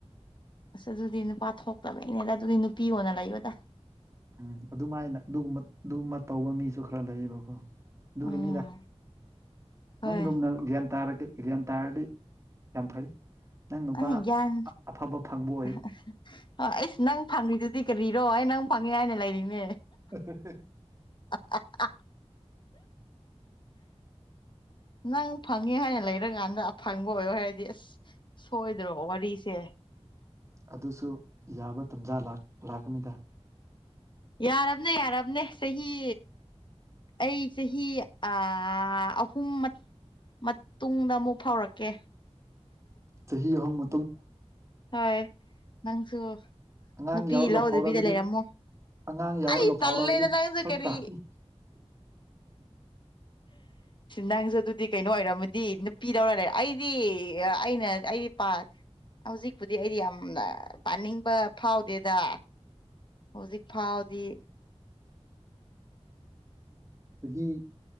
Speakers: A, on the left; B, on the right.
A: ꯑꯁ ꯑꯗꯨꯗꯤ ꯅꯨꯄꯥ ꯊꯣꯛꯇꯕꯩꯅꯦꯗ ꯑꯗꯨꯗꯤ ꯅꯨꯄꯤ ꯑꯣꯏꯅ ꯂꯩꯌꯣꯗ
B: ꯎꯝ ꯑꯗꯨꯃꯥꯏꯅ ꯑꯗꯨꯒꯨꯝꯕ ꯑꯗꯨꯒꯨꯝꯃ ꯇꯧꯕ ꯃꯤꯁꯨ ꯈꯔ ꯂꯩꯌꯦꯕꯀꯣ ꯑꯗꯨꯒꯤꯅꯤꯗ
A: ꯎꯝ ꯍꯣꯏ
B: ꯅꯪꯗꯨꯝꯅ ꯒ꯭ꯌꯥꯟ ꯇꯥꯔꯒ ꯒ꯭ꯌꯥꯟ ꯇꯥꯔꯗꯤ ꯌꯥꯝ ꯐꯩ ꯅꯪ ꯅꯨꯄꯥ
A: ꯑꯩ ꯒ꯭ꯌꯥꯟ
B: ꯑꯐꯕ ꯐꯪꯕ ꯑꯣꯏꯌꯨ
A: <inaudible> ꯑꯩꯁ ꯅꯪ ꯐꯪꯔꯤꯗꯨꯗꯤ ꯀꯔꯤꯔꯣ ꯑꯩ ꯅꯪ ꯐꯪꯉꯦ ꯍꯥꯏꯅ ꯂꯩꯔꯤꯅꯦ
B: <inaudible>
A: ꯑ ꯅꯪ ꯐꯪꯉꯦ ꯍꯥꯏꯅ ꯂꯩꯔꯒꯥꯟꯗ ꯐꯪꯕ ꯑꯣꯏꯌꯣ ꯍꯥꯏꯔꯗꯤ ꯑꯁ ꯁꯣꯏꯗ꯭ꯔꯣ ꯋꯥꯔꯤꯁꯦ
B: ꯑꯗꯨꯁꯨ ꯌꯥꯕ ꯇꯥꯟꯖꯥ ꯂꯥꯛ ꯂꯥꯛꯀꯅꯤꯗ
A: ꯌꯥꯔꯕꯅꯦ ꯌꯥꯔꯕꯅꯦ ꯆꯍꯤ ꯑꯩ ꯆꯍꯤ ꯑꯥ ꯑꯍꯨꯝ ꯃ ꯃꯇꯨꯡꯗ ꯑꯃꯨꯛ ꯐꯥꯎꯔꯛꯀꯦ
B: ꯆꯍꯤ ꯑꯃꯥ
A: ꯍꯣꯏ ꯅꯪꯁꯨ
B: ꯑꯉꯥꯡ
A: ꯅꯨꯄꯤ
B: ꯌꯥꯎꯔꯒ
A: ꯂꯧꯗꯕꯤꯗ
B: ꯐꯥꯎꯔꯒꯗꯤ
A: ꯂꯩꯔꯝꯃꯣ
B: ꯑꯉꯥꯡ ꯌꯥꯎꯔꯒ
A: ꯑꯩ ꯇꯜꯂꯦꯗ
B: ꯐꯥꯎꯔꯛꯑꯗꯤ
A: ꯅꯪꯁꯦ
B: ꯐꯔꯛ
A: ꯀꯔꯤ
B: ꯇꯥꯅꯤ <unintelligible>
A: ꯅꯪꯁꯨ ꯑꯗꯨꯗꯤ ꯀꯩꯅꯣ ꯑꯣꯏꯔꯝꯃꯗꯤ ꯅꯨꯄꯤꯗꯧꯔ ꯂꯩ ꯑꯩꯗꯤ ꯑꯩꯅ ꯑꯩ ꯄꯥ ꯍꯧꯖꯤꯛꯄꯨꯗꯤ ꯑꯩ ꯌꯥꯝꯅ ꯄꯥꯅꯤꯡꯕ ꯐꯥꯎꯗꯦꯗ ꯍꯧꯖꯤꯛ ꯐꯥꯎꯗꯤ
B: ꯆꯍꯤ